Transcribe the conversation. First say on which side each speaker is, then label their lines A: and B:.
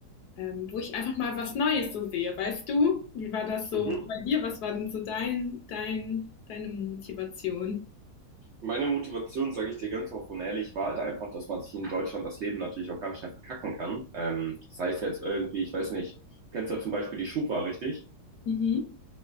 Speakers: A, on the left (about 70°); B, on the right (about 85°).
A: ähm, wo ich einfach mal was Neues so sehe, weißt du? Wie war das
B: Mhm.
A: so bei dir? Was war denn so dein, dein, deine Motivation?
B: Meine Motivation, sage ich dir ganz offen und ehrlich, war halt einfach, dass man sich in Deutschland das Leben natürlich auch ganz schnell verkacken kann. Ähm, das heißt jetzt irgendwie, ich weiß nicht, du kennst ja zum Beispiel die Schufa, richtig?
A: Mhm.